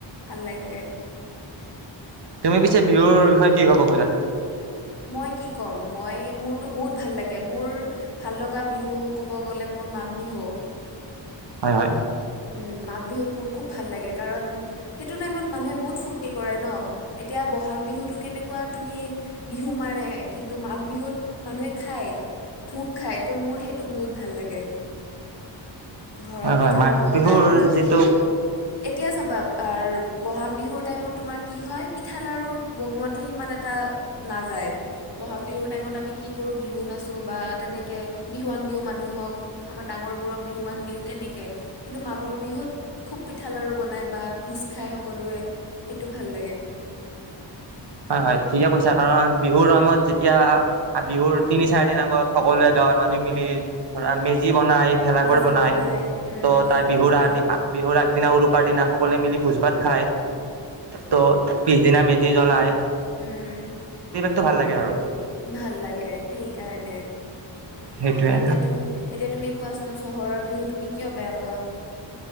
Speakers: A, on the left; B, on the right.
A: ভাল লাগে
B: তুমি পিছে বিহুৰ বিষয়ে কি ক'ব সুধা <unintelligible>
A: মই কি ক'ম মই মোৰতো বহুত ভাল লাগে গে মোৰ ভাল লগা বা বিহু ক'ব <unintelligible> গ'লে মোৰ মাঘ বিহু
B: হয় হয়
A: উম মাঘ বিহুত ম খুব ভাল লাগে কাৰণ সেই টাইম মানুহে বহুত ফূুৰ্তি কৰে ন এতিয়া ব'হাগ বিহুটো কেনেকুৱা তুমি বিহু মাৰে কিন্তু মাঘ বিহুত মানুহে খায় ভোগ খায় ত' মোৰ সেইটো বহুত ভাল লাগে ঘৰত
B: হয় হয়
A: পিঠা
B: মাঘ
A: লাড়ু
B: বিহুৰ
A: বনাই বহুত
B: যিটো
A: এতিয়া <unintelligible> চাবা বহাগ বিহুৰ টাইমত তোমাৰ কি হয় পিঠা লাৰু বনোৱোটো সিমান এটা নাযায় বহাগ বিহুৰ টাইমত আমি কি কৰো বিহু নাচো বা তেনেকে বিহুৱান দিও মানুহক আমাৰ ডাঙৰ বোৰক বিহুৱান দিও তেনেকে <unintelligible> কিন্তু মাঘৰ বিহুত খুব পিঠা লাড়ু বনায় বা ভোজ খায় সকলোৱে সেইটো ভাল লাগে
B: হয় হয়। ঠিকে কৈছা কাৰণ বিহুৰ সময়ত যেতিয়া আৰু বিহুৰ তিনি চাৰি দিন আগত সকলোৱে গাঁৱৰ মানুহ মিলি ধৰা মেজি বনাই ভেলাঘৰ
A: মেজি
B: বনাই
A: বনায়
B: ত
A: ভেলাঘৰ
B: তাৰ বিহুৰ
A: বনায়
B: আগদি বিহুৰ আগদিনা উ- উৰুকাৰ দিনা সকলোৱে মিলি ভোজ ভাত খায়, ত' পিছদিনা মেজি জ্বলায়।
A: উম।
B: টো ভাল লাগে আৰু।
A: ভাল লাগে সেইকাৰণে।
B: সেইটোৱে
A: এতিয়া তুমি এতিয়া তুমি- কোৱাচোন চহৰৰ বিহু তুমি কিয় বেয়া পোৱা?